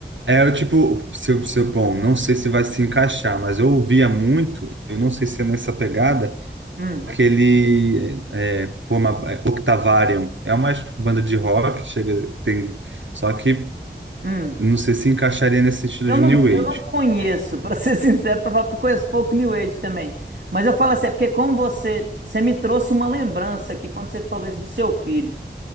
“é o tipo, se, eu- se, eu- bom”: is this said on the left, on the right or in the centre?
Right